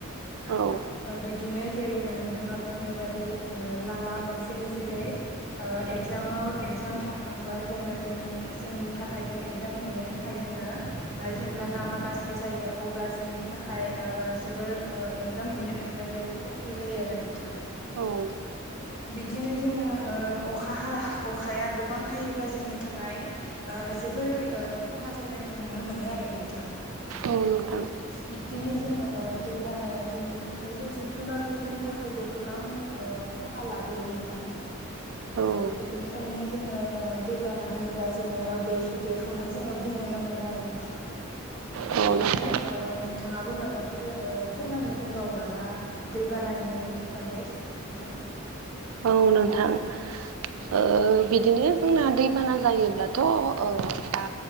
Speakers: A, on the right (about 80°); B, on the left (about 60°).
A: औ
B: ओबिदिनो जेरैहाय नोंथाङा बुंनायबादि ओ लामा जे- जेरै ओ एगजामाव एगजाम थाफ्लांबा जोङो जोंनि जोंनि थाखाय जों एगजाम हैनो थाखाय जोङो ओ जेब्ला लामा गाज्रि जायो अब ब्ला जोंनि थाखाय ओ जोबोर एगजाम हैनो थांनायाव जोबोर खस्थ' जायो आरो नोंथां।
A: औ।
B: बिदिनो जोङो ओ अखा हा अखाया गोबां हायोब्ला जोंनि थाखाय ओ जोबोर खहा जानायखौ नुनो मोनो आरो नोंथां।
A: औ नोंथां।
B: पिकिनि जोङो ओ दैबानाया जोंनि थाखायबो जिब जुनारफोरनि थाखायबो गोबां ओ खहा लाबोयो नोंथां।
A: औ
B: बेनिखायनो जोङो ओ दैबाना होनोब्ला जोङो बेख- बेखौनो जोङो बुंनो नांगोन आरो नोंथां।
A: औ नोंथां
B: बिदिनो ओ नोंथाङाबो माबाफोर ओ फोरमायनो दंबावो नामा? दैबानानि बागै नोंथां?
A: औ नोंथां। ओ बिदिनो जोंना दैबाना जायोब्लाथ' ओ दा।